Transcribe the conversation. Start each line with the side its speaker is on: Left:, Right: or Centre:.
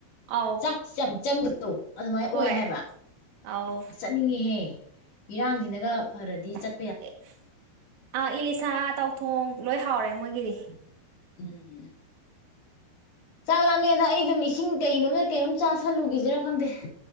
Right: ꯑꯥꯎ
Left: ꯆꯥꯛꯁꯨ ꯌꯥꯝ ꯆꯪꯕꯗꯣ ꯑꯗꯨꯃꯥꯏꯅ ꯑꯣꯏ
Right: ꯍꯣꯏ
Left: ꯍꯥꯏꯕ
Right: ꯑꯥꯎ
Left: ꯆꯠꯅꯤꯡꯉꯤꯍꯦ ꯏꯔꯥꯡꯖꯤꯅꯒ ꯐꯔꯗꯤ ꯆꯠ
Right: <unintelligible> ꯑ ꯏꯂꯤꯁꯥ ꯇꯥꯎꯊꯣꯡ ꯂꯣꯏ ꯍꯥꯎꯔꯦ ꯃꯣꯏꯒꯤꯗꯤ
Left: ꯎꯝ ꯆꯥꯛꯂꯝ ꯃꯦꯗ ꯑꯩꯗꯨꯝ ꯏꯁꯤꯡ ꯀꯩꯅꯣꯝꯗ ꯀꯩꯅꯣꯝ ꯆꯥꯥꯁꯜꯂꯨꯒꯤꯖꯤꯔꯥ ꯈꯪꯗꯦ